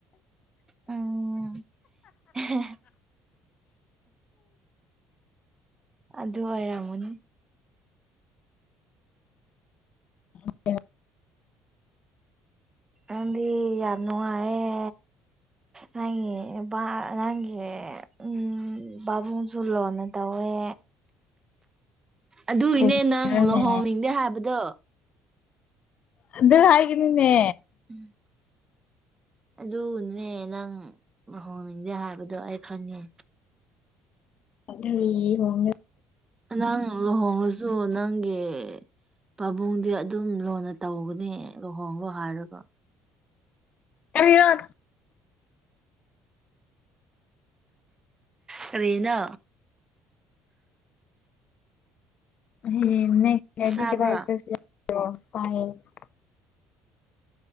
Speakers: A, on the right (about 25°); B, on the left (about 50°).
A: ꯎꯝ ꯍꯦꯍꯦ ꯑꯗꯨ ꯑꯣꯏꯔꯝꯃꯣꯅꯤ
B: <unintelligible>
A: ꯅꯪꯗꯤ ꯌꯥꯝ ꯅꯨꯡꯉꯥꯏꯌꯦ ꯅꯪꯒꯤ ꯕꯥ ꯅꯪꯒꯤ ꯎꯝ ꯕꯥꯕꯨꯡ ꯖꯨ ꯂꯨꯅꯥ ꯇꯧꯋꯦ ꯑꯗꯨꯏꯒꯤꯅꯦ
B: ꯀꯔꯤꯔꯅꯦ
A: ꯅꯪ ꯂꯨꯍꯣꯡꯅꯤꯡꯗꯦ ꯍꯥꯏꯕꯗꯣ
B: ꯑꯗꯨ ꯍꯥꯏꯒꯅꯨꯅꯦ
A: ꯎꯝ ꯑꯗꯨꯅꯅꯦ ꯅꯪ ꯂꯨꯍꯣꯡꯅꯤꯡꯗꯦ ꯍꯥꯏꯕꯗꯣ ꯑꯩ ꯈꯪꯉꯦ
B: <unintelligible>
A: ꯅꯪ ꯂꯨꯍꯣꯡꯉꯥꯁꯨ ꯅꯪꯒꯤ ꯄꯥꯕꯨꯡꯗꯤ ꯑꯗꯨꯝ ꯂꯨꯅ ꯇꯧꯒꯅꯤ ꯂꯨꯍꯣꯡꯉꯣ ꯍꯥꯏꯔꯒ
B: ꯀꯔꯤꯔꯥ
A: ꯀꯔꯤꯅꯣ
B: <unintelligible>
A: ꯇꯥꯕ꯭ꯔꯥ